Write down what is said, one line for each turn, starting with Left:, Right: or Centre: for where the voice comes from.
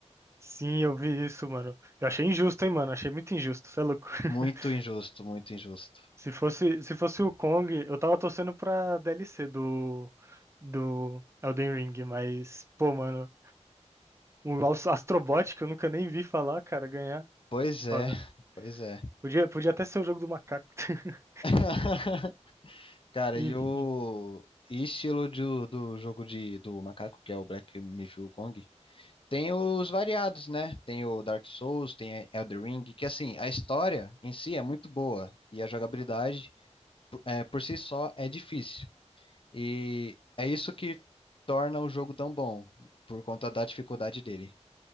Right: Sim, eu vi isso, mano. Eu achei injusto, hein, mano? Achei muito injusto, você é louco. <laughs>
Left: Muito injusto, muito injusto.
Right: Se fosse, se fosse o Kong, eu tava torcendo pra DLC do, do Elden Ring, mas, pô, mano, o Aus- Astrobot, que eu nunca nem vi falar, cara, ganhar.
Left: Pois é,
Right: Foda.
Left: pois é.
Right: Podia, podia até ser o jogo do macaco. <laughs>
Left: <laughs> Cara,
Right: Enfim.
Left: e o e estilo de- do jogo de, do macaco, que é o Black Myth Wukong? Tem os variados, né? Tem o Dark Souls, tem Elden Ring, que assim, a história em si é muito boa e a jogabilidade por- é, por si só é difícil. E é isso que torna o jogo tão bom, por conta da dificuldade dele,